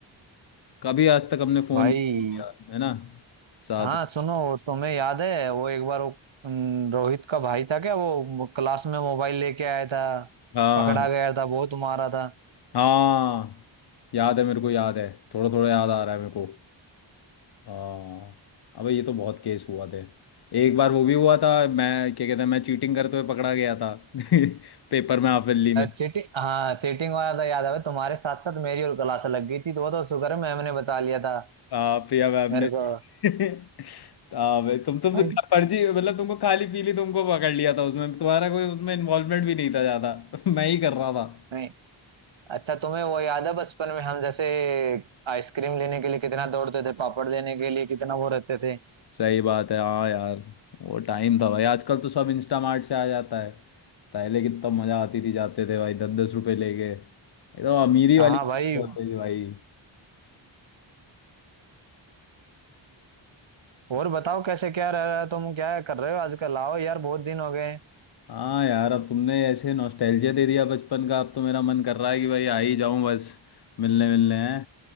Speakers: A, on the left (about 55°); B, on the right (about 70°).
A: कभी आज तक हमने फोन
B: भाई
A: नहीं किया है ना साथ
B: हाँ सुनो तुम्हें याद है वो एक बार वो उम, रोहित का भाई था क्या वो मो- क्लास में मोबाइल लेके आया था
A: हाँ
B: पकड़ा गया था वो तुम्हारा था
A: हाँ याद है मेरे को याद है थोड़ा थोड़ा याद आ रहा है मेरे को हाँ अबे ये तो बहुत केस हुआ थे एक बार वो भी हुआ था मैं क्या कहते हैं मैं चीटिंग करते हुए पकड़ा गया था <laughs> पेपर में हाफिली में
B: चीटिंग हाँ चीटिंग वाला था याद है भाई तुम्हारे साथ साथ मेरी और क्लास लग गई थी तो वो तो शुक्र है मैम ने बचा लिया था
A: आ, प्रिया मैम
B: मेरे
A: ने
B: को
A: <laughs> आ, बे, तुम तो
B: भाई
A: फिर फर्जी मतलब तुमको खाली पीली तुमको पकड़ लिया था उसमें तुम्हारा कोई उसमें इन्वॉल्वमेंट भी नहीं था ज्यादा <laughs> मैं ही कर रहा था
B: नहीं अच्छा तुम्हें वो याद है बचपन में हम जैसे आइसक्रीम लेने के लिए कितना दौड़ते थे पापड़ लेने के लिए कितना वो रहते थे
A: सही बात है हाँ यार वो टाइम था भाई आजकल तो सब इंस्टामार्ट से आ जाता है पहले कितना मजा आती थी जाते थे भाई दस दस रुपए लेके एकदम अमीरी वाली
B: हाँ
A: चीज़
B: भाई
A: होती थी भाई
B: और बताओ कैसे क्या रह रहा है तुम क्या कर रहे हो आजकल आओ यार बहुत दिन हो गए
A: हाँ यार अब तुमने ऐसे नॉस्टैल्जिया दे दिया बचपन का अब तो मेरा मन कर रहा है कि भाई आ ही जाऊं बस मिलने मिलने हैं